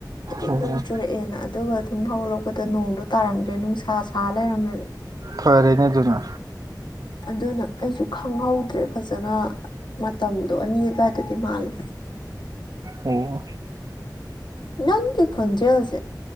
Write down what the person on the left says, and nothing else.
ꯍꯥꯏꯗꯤ
ꯅꯣꯡ ꯆꯨꯔꯛꯑꯦꯅ ꯑꯗꯨꯒ ꯑꯗꯨꯝ ꯍꯧꯥꯎꯂꯛꯄꯗ ꯅꯣꯡꯗꯣ ꯇꯥꯔꯝꯗ꯭ꯔꯦ ꯅꯨꯡꯁꯥ ꯁꯥ ꯔꯝꯃꯦ
ꯑꯗꯨꯅ ꯑꯩꯁꯨ ꯈꯪꯍꯧꯗ꯭ꯔꯦ ꯐꯖꯅ ꯃꯇꯝꯗꯣ ꯑꯅꯤ ꯑꯗꯨꯋꯥꯏꯗꯗꯤ ꯃꯥꯂꯦ
ꯅꯪ ꯀꯦ ꯈꯣꯟꯟꯖꯦ ꯍꯧꯁꯦ